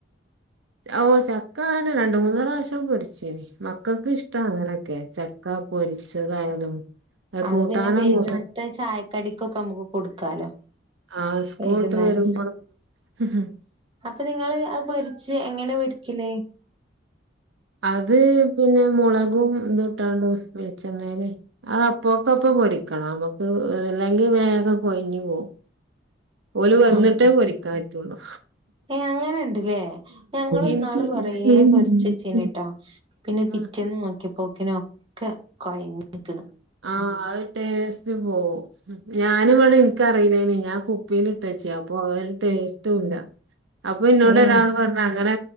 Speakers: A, on the right; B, on the right.
A: ഓ, ചക്ക അങ്ങനെ രണ്ട് മൂന്നു പ്രാവശ്യം പൊരിച്ന്. മക്കൾക്ക് ഇഷ്ട അങ്ങനെയൊക്കെ ച ക്ക, പൊരിച്ചതായതും. അ
B: അത്
A: കൂട്ടാൻ
B: പിന്നെ വൈകുന്നേരത്തെ
A: ഒന്നും
B: ചായക്കടിക്കൊക്കെ നമുക്ക് കൊടുക്കാലോ
A: ആഹ്, സ്കൂളട്ട്
B: വൈകുന്നേരം
A: വരുമ്പോൾ ഹ് ഹ്
B: അപ്പൊ, നിങ്ങള് അത് പൊരിച്ച് എങ്ങനെ പൊരിക്കല്?
A: അത്, പിന്നെ, മുളകും ഇതും, ഇട്ടാണ്ട് വെളിച്ചെണ്ണേല്. ആഹ്, പോക്കപ്പം, പൊരിക്കണം. നമ്മുക്ക് ല്ലെങ്കി വേഗം കൊയിഞ്ഞ് പോവും. ഓല് വന്നിട്ടേ
B: ആഹ്,
A: പൊരിക്കാൻ പറ്റുള്ളൂ
B: ഏ അങ്ങനെണ്ട് ല്ലേ? ഞങ്ങിന്നാള്
A: ഇൻക്ക്
B: കൊറേ പൊരി ചെച്ചീന്നു ട്ടാ? പിന്നെ,
A: ആഹ്
B: പിറ്റന്ന് നോക്കിയപ്പോക്കന ഒക്കെ കൊഴഞ്ഞിക്ക്ണ്.
A: ആഹ്, ടേസ്റ്റ് പോവും. ഞാനുംവിടെ ഇൻ ക്കറില്ലനീ. ഞാൻ കുപ്പീലിട്ടേച് അപ്പൊ, ഒര് ടേസ്ട്ടുല്ല. അപ്പൊ ഇന്നോട്
B: ഏഹ്
A: ഒരാൾ പറഞ്ഞ അങ്ങനെ